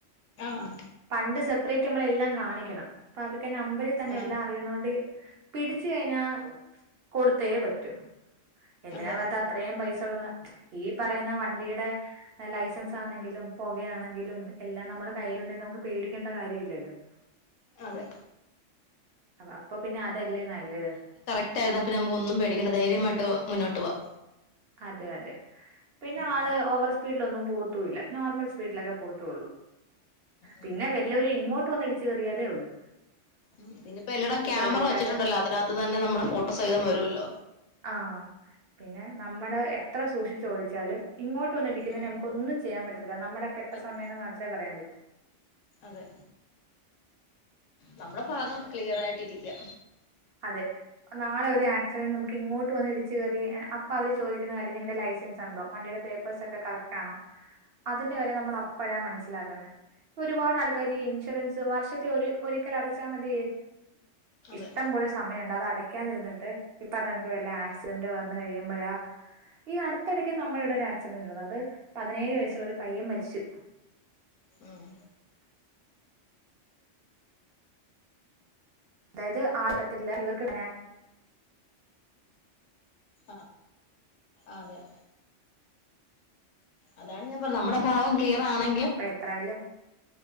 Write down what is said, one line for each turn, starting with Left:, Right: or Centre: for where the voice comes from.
Left: ആഹ്
Right: പണ്ട് സെപ്പറേറ്റ് നമ്മൾ എല്ലാം കാണിക്കണം ഇപ്പ അവർക്ക് അന്നെ നമ്പറീ തന്നെ
Left: ആഹ്
Right: എല്ലാം അറിയുന്നോണ്ട് പിടിച്ച് കഴിഞ്ഞാ കൊടുത്തേ പറ്റൂ എന്തിനാ
Left: അതെ
Right: വേർ അത്രയും പൈസള്ളന്ന് ഈ പറയുന്ന വണ്ടിയുടെ ലൈസൻസ് ആണെങ്കിലും പുകയാണെങ്കിലും എല്ലാം നമ്മുടെ കയ്യിയിലുണ്ടെങ്കിൽ നമുക്ക് പേടിക്കേണ്ട കാര്യം ഇല്ലല്ലോ.
Left: അതെ.
Right: അ അപ്പൊ പിന്നെ അതല്ലേ നല്ലത്.
Left: ത്ത് അയിനാത്ത് നമുക്ക് ഒന്നും പേടിക്കണ്ട ധൈര്യമായിട്ട് മുന്നോട്ട് പോവാം.
Right: അതെ അതെ പിന്നെ
Left: ഉം
Right: ആള് ഓവർ സ്പീഡിലൊന്നും പോവത്തൂല്ല നോർമൽ സ് സ്പീഡിലൊക്കെ പോകത്തുള്ളൂ
Left: ഉം
Right: പിന്നെ വല്ലവരും ഇങ്ങോട്ട് വന്ന് ഇടിച്ച് കയറിയാലേ ഉള്ളു.
Left: ഉം പിന്നപ്പോ എല്ലോടോം ക്യാമറ
Right: ഓടിച്ചാലും
Left: വച്ചിട്ടുണ്ടല്ലോ അതിനാത്ത് തന്നെ നമ്മുടെ ഫോട്ടോ സഹിതം വരുവല്ലോ.
Right: ആഹ് പിന്നെ നമ്മടെ എത്ര സൂക്ഷിച്ചു ഓടിച്ചാലും ഇങ്ങോട്ട് വന്ന് ഇടിക്കുന്നതിനെ
Left: ഉം
Right: നമുക്ക് ഒന്നും ചെയ്യാൻ പറ്റത്തില്ല നമ്മുടെ കെട്ട
Left: പറ്റില്ല
Right: സമയം എന്ന് മാത്രേ പറയാൻ പറ്റൂ.
Left: അതെ നമ്മുടെ ഭാഗം ക്ലിയർ ആയിട്ടിരിക്കാ.
Right: അതെ. നാളെ ഒരു ആക്സിഡന്റ് നമുക്ക് ഇങ്ങോട്ട് വന്ന് ഇടിച്ചു കയറി അപ്പൊ അവര് ചോദിക്കുന്ന കാര്യം നിങ്ങളുടെ ലൈസൻസ് ഉണ്ടോ വണ്ടിയുടെ പേപ്പ പ്പേഴ്സ് ഒക്കെ കറക്റ്റാണോ അതിന്റെ വെല നമ്മൾ അപ്പോഴാ മനസ്സിലാക്കുന്നെ. ഒരുപാട് ആൾക്കാര് ഈ ഇൻഷുറൻസ് വർഷത്തെ ഒരു ഒരിക്കൽ അടച്ചാൽ മതിയേ.
Left: അതെ.
Right: ഇഷ്ടം പോലെ സമയുണ്ട് അത് അടക്കാതിരിന്നിട്ട് ഈ പറഞ്ഞാണക്കിന് വല്ല ആക്സിഡന്റ് വന്ന് കഴിയുമ്പഴാ ഈ അടുത്തിടക്ക് നമ്മളിവിടെ ഒരു ആക്സിഡന്റ് നടന്നു അത് പതിനേഴ് വയസ്സുള്ള ഒരു പയ്യൻ മരിച്ചു.
Left: ഉം
Right: അതായത് ആട്ടത്തില്ല ഇവർക്ക്
Left: ആഹ് ആഹ് അതെ. അതാണ് ഞാൻ പറഞ്ഞേ നമ്മുടെ ഭാഗം ക്ലിയർ ആണെ
Right: അപ്പ എത്രായാലും